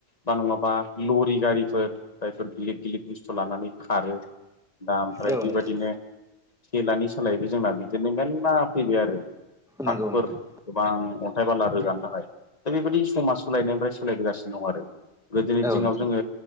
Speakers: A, on the left; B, in the centre.
A: बा नङाबा लरि गारिफोर जायफोर गिलिद गिलिद बुस्थु लानानै खारो दा ओमफ्राय
B: औ
A: बेबायदिनो
B: नोंथां
A: थेलानि सोलायबो जोंना बिदिनो मेरला फैबाय आरो थ्रागफोर
B: नंगौ नोंथां
A: गोबां अन्थाय बाला रोगानि थाखाय दा बेबायदि समाज सोलायनायनिफ्राय सोलायबोगासिनो दं आरो। गोदोनि
B: औ
A: दिङाव
B: नोंथां
A: जोङो